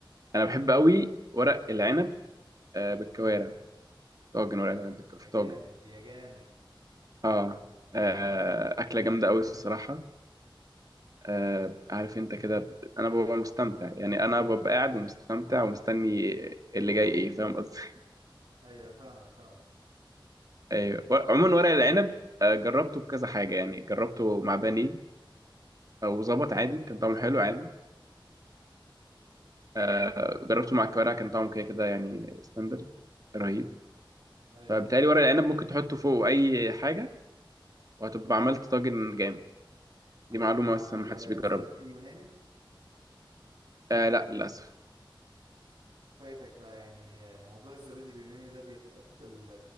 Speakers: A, on the right (about 45°); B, on the right (about 60°).
A: انا بحب قوي ورق العنب آه، بالكوارع طاجن ورق العنب بالك-
B: يا
A: في
B: جامد
A: طاجن
B: يا جامد
A: اه آه، اكلة جامدة قوي الصراحة آه، عارف انت كده ب- انا ببقى مستمتع يعني انا ببقى قاعد ومستمتع ومستني اللي جاي ايه فاهم قصدي <laughs>
B: ايوه فاهمك فاهمك
A: ايوه و- عموما ورق العنب آه، جربته بكذا حاجة يعني جربته مع بانيه وظبط
B: اه
A: عادي كان طعمه حلو عادي آه، جربته مع الكوارع كان طعمه كده كده يعني ستاندرد رهيب
B: ايوه
A: فبالتالي ورق العنب ممكن تحطه فوق اي حاجه وهتبقى عملت طاجن جامد دي
B: جربت
A: معلومه
B: مع
A: بس
B: الزبادي
A: ما حدش بيجربها
B: اليوناني
A: آه لا للاسف
B: فايتك بقى يعني موضوع الزبادي اليوناني ده بيحط ال-